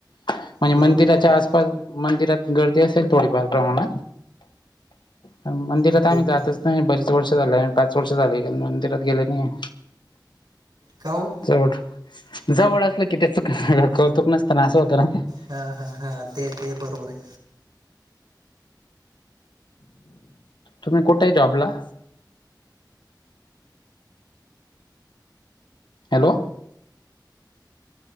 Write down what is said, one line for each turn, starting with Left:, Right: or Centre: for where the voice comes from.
Left: म्हणजे
Right: बरोबर
Left: मंदिराच्या
Right: बरोबर
Left: आसपास, मंदिरात गर्दी असेल थोडीफार प्रमाणात. पण मंदिरात
Right: ओके
Left: आम्ही
Right: ओके
Left: जातच नाही बरीच वर्ष झालय, पाच वर्ष झाले, मंदिरात गेले नाही.
Right: काओ.
Left: चोड, जवळ असलं की तेच कस कौतुक नसत ना, असं होतं ना ते.
Right: हा हा हा, ते ते बरोबर आहे.
Left: तुम्ही कुठय जॉबला? हॅलो.